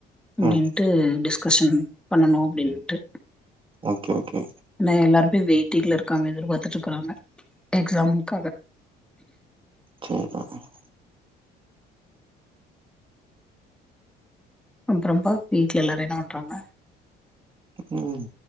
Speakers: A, in the centre; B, on the right (about 30°).
A: அப்படின்ட்டுடிஷ்
B: ம்
A: எக்கஷன் பண்ணனும் அப்படின்ட்டு
B: ஓகே ஓகே.
A: என்னாஎல்லாருமே வெயிட் வைட்டிகல இருக்காம எதிர்பார்த்துட்டு இருக்காங்க எக்ஸாம்க்காக <inaudible>
B: சேரி <unintelligible>
A: அப்றம்பா வீட்ல எல்லாரு என்ன வண்றாங்க
B: உம்